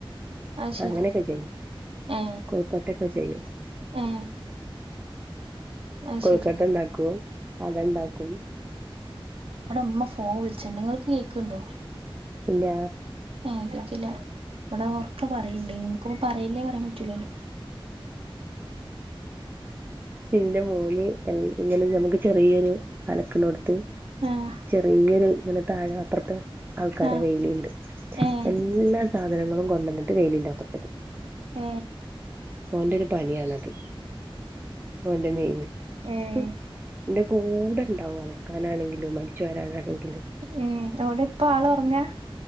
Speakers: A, on the right; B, on the right.
A: അത് ശരി
B: അങ്ങനെക്ക ചെയ്യും
A: ഏ
B: കൊഴകട്ടെക്കെ ചെയ്യും
A: ഏ അത്
B: കൊയ്ക്കട്ടണ്ടാക്കും
A: ശരി
B: അടണ്ടാക്കും
A: ബടെ മ്മ ഫോൺ വ്ൾച്ച്ണ്ട് ഇങ്ങൾക്ക് കേക്ക്ണ്ടോ
B: ഇല്ലാ
A: ആഹ് കേക്ക്ല്ല വെട ഓറക്ക പറയ്ണ്ടേ ഇൻക്ക്പ്പം പറയല്ലേ പറയാൻ പറ്റൂലല്ലോ
B: ഇന്റെ മോന് ഇങ്ങനെ അമ്മക്ക് ചെറിയൊരു അലക്ക്ന്നോട്ത്ത്
A: ആഹ്
B: ചെറിയൊര് ഇങ്ങനെ താഴെ അപറത്ത് ആൾക്കാരെ
A: ആഹ്
B: വെയിലിണ്ട്
A: ഏഹ്
B: എല്ലാ സാധനങ്ങളും കൊണ്ടന്ന്ട്ട് വെയിലിന്റാത്ത്
A: ഏ
B: ഓന്റെ ഒര് പണിയാണത് ഓന്റെ മെയിന്
A: ഏഹ്
B: ഉം ന്റെ കൂടെണ്ടാവും അലക്കാനാണെങ്കിലും അടിച്ചു വരാനാണെങ്കിലും
A: ഉം എവ്ടെ ഇപ്പ ആള് ഒറങ്ങാ